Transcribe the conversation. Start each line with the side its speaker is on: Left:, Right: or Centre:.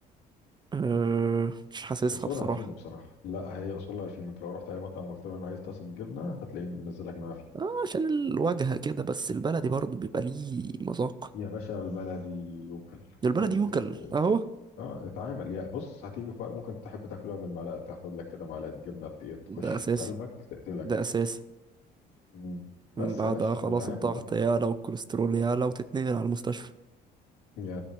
Right: أه... مش حاسسها
Left: اصولها
Right: بصراحه
Left: فينو بصراحه لا هي اصولها فينو انت لو رحت اي مطعم وقلت له انا عايز طاسه جبنه هتلاقيني منزلك معاها فينو
Right: اه عشان الواجهه كده بس البلدي برضه بيبقى ليه مذاق
Left: يا باشا البلدي يوكل
Right: البلد
Left: هت...
Right: يوكل اهو
Left: اه اتعامل يا بص هتيجي في وقت ممكن تحب تاكلها بالمعلقه تاخد لك كده معلقه جبنه ت- إيه، تخش
Right: ده اساسي
Left: في قلبك تقتلك
Right: ده اساسي
Left: مم. بس
Right: من بعدها
Left: يا باشا
Right: خلاص
Left: واتعامل
Right: الضغط
Left: بقى
Right: يعلى والكوليسترول يعلى وتتنقل على المستشفى
Left: يا